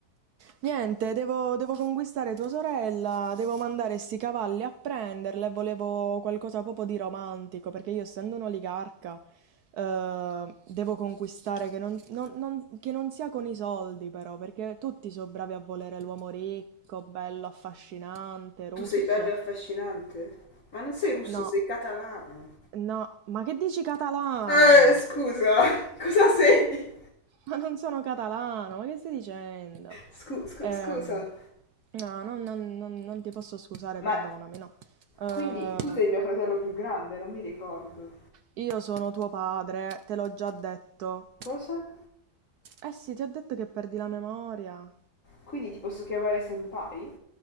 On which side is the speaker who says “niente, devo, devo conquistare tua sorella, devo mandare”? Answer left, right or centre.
Right